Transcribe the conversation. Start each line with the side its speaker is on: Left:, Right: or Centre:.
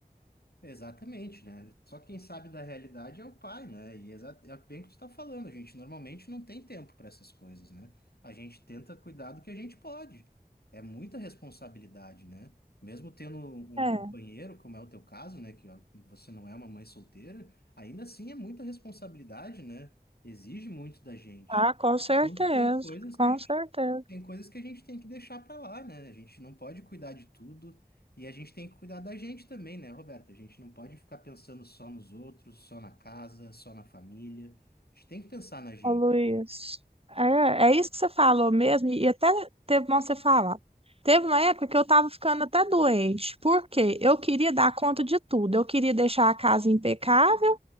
Left: exatamente, né? Só quem sabe da realidade é o pai, né? E exa- é bem o que tu tá falando, a gente normalmente não tem tempo para essas coisas, né? A gente tenta cuidar do que a gente pode. É muita responsabilidade, né? Mesmo tendo um
Right: É,
Left: companheiro, como é o teu caso, né? Que ó, você não é uma mãe solteira, ainda assim é muita responsabilidade, né? Exige muito da gente.
Right: ah, com certeza,
Left: Então tem coisas
Right: com
Left: que a gente,
Right: certeza.
Left: tem coisas que a gente tem que deixar para lá, né? A gente não pode cuidar de tudo e a gente tem que cuidar da gente também, né, Roberta? A gente não pode ficar pensando só nos outros, só na casa, só na família. A gente tem que pensar na gente.
Right: Ô, Luiz, é, é isso que você falou mesmo, e até teve bom você falar. Teve uma época que eu tava ficando até doente, porque eu queria dar conta de tudo. Eu queria deixar a casa impecável,